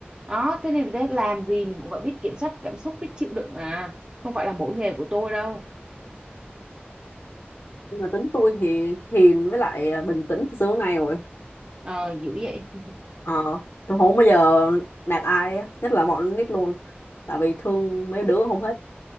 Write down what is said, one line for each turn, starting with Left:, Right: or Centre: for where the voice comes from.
Right: đó thế nên đấy làm gì mình cũng phải biết kiểm soát cảm xúc biết chịu đựng à không phải là mỗi nghề của tôi đâu
Left: nhưng mà tính tôi thì hiền với lại à, bình tĩnh từ xưa đến nay rồi
Right: ờ dữ vậy
Left: Ờ, tôi không bao giờ nạt ai á, nhất là bọn con nít luôn. Tại vì thương mấy đứa không hết.